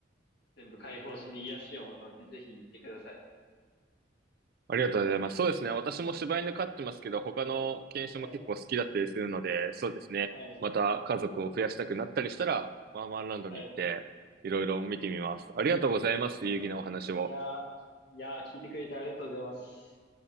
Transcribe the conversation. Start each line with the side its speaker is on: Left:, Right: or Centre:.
Left: 全部解放しに癒しを求めて、ぜひ行ってください。
Right: ありがとうございます。そうですね。私も柴犬飼ってますけど、他の犬種も結構好きだったりするので、
Left: はい、
Right: そうですね。
Left: はい、
Right: また家族を増やしたくなったりしたら、ワンワンランドに行って、
Left: はい、
Right: いろいろ見てみます。ありがとうございます。
Left: はい。
Right: 有意義なお話を。
Left: いやー、いやー、聞いてくれてありがとうございます。